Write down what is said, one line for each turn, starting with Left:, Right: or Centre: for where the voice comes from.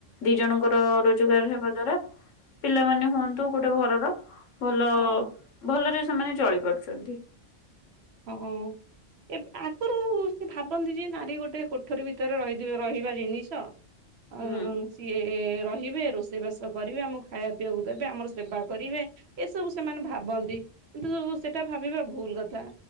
Left: ଦି ଜଣଙ୍କର ରୋଜଗାର ହେବା ଦ୍ଵାରା ପିଲାମାନେ ହୁଅନ୍ତୁ ଗୋଟେ ଘରର ଭଲ
Right: ହଁ
Left: ଭଲରେ ସେମାନେ ଚଳି ପାରୁଚ଼ନ୍ତି।
Right: ହୁଁ। ଏବେ ଆଗରୁ ସେ ଭାବନ୍ତି ଯେ ନାରୀ ଗୋଟେ କୋଠରୀ ଭିତରେ ର ରହିବା ଜିନିଷ ଆଉ
Left: ହୁଁ।
Right: ସିଏ ରହିବେ ରୋଷେଇବାସ କରିବେ ଆମକୁ ଖାଇବା ପିଇବାକୁ ଦେବେ ଆମର ସେବା କରିବେ। ଏସବୁ ସେମାନେ ଭାବନ୍ତି କିନ୍ତୁ ସେଟା ଭାବିବା ଭୁଲ କଥା।